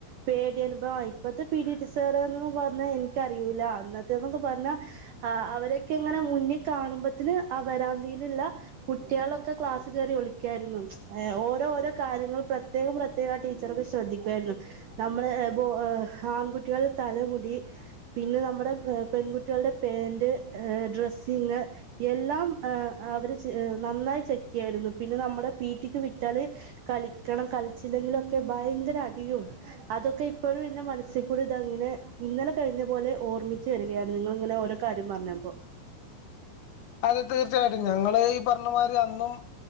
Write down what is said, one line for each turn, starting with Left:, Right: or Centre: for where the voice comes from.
Right: പേടി അനുഭവായി ഇപ്പത്തെ പിഡീടി സറെന്ന്ന്നൊന്നും പറഞ്ഞാൽ എനിക്കറി യൂല്ല അന്നത്തെന്നൊക്കെ പറഞ്ഞാ ആ അവരൊക്കെങ്ങനെ മുന്നിൽ കാണുമ്പോത്തിന് ആ വരാന്തീല്ള്ള കുട്ട്യേളൊക്കെ ക്ലാസ്സ് കയറി ഒളിക്കായിരുന്നു എ ഓരോ ഓരോ കാര്യങ്ങള് പ്രത്യേകം പ്രത്യേകം ആ ടീച്ചർക്ക പ ശ്രദ്ധിക്കുവായിരുന്നു നമ്മള് ഏ ആൺകുട്ടികളുടെ തലമുടി പിന്നെ നമ്മുടെ പെൺകുട്ടികളുടെ പേരന്റ് ഏ ഡ്രെസ്സിങ് എല്ലാം എ അവര് നന്നായി ചെക്ക്യ്യായിരുന്നു പിന്നെ നമ്മുടെ പീറ്റിക്ക് വിറ്റാല് കളിക്കണം കളിച്ചില്ലെങ്കിലൊക്കെ ഭയങ്കര അടിയും അതൊക്കെ ഇപ്പോഴും എന്റെ മനസ്സിൽ കൂടെ ഇതങ്ങനെ ഇന്നലെ കഴിഞ്ഞ പോലെ ഓർമ്മിച്ചി വരികയാണ് നിങ്ങള്ങ്ങനെ ഓ കാര്യം പറഞ്ഞപ്പോ
Left: അതെ തീർച്ചയായിട്ടും ഞങ്ങൾ ഈ പറഞ്ഞമാതിരി അന്നും